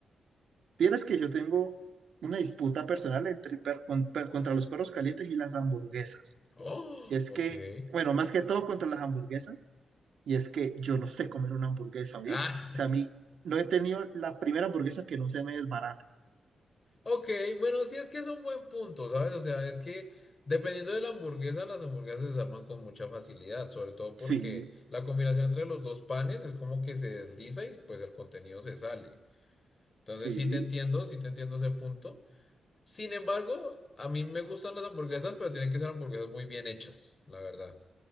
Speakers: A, on the right; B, on the left.
A: Vieras que yo tengo una disputa personal entre per- con- per- contra los perros calientes y las hamburguesas.
B: Oh,
A: Y es
B: ok.
A: que, bueno, más que todo contra las hamburguesas, y es que yo no sé comer una hamburguesa, ¿oís?
B: Ah,
A: O sea, a mí no he tenido la primera hamburguesa que no se me desbarate.
B: <laughs> ok, bueno, sí es que es un buen punto, ¿sabes? O sea, es que dependiendo de la hamburguesa, las hamburguesas se desarman con mucha facilidad, sobre todo porque
A: Sí,
B: la combinación entre los dos panes es como que se desliza y pues el contenido se sale. Entonces
A: sí.
B: sí te entiendo, sí te entiendo ese punto. Sin embargo, a mí me gustan las hamburguesas, pero tienen que ser hamburguesas muy bien hechas, la verdad.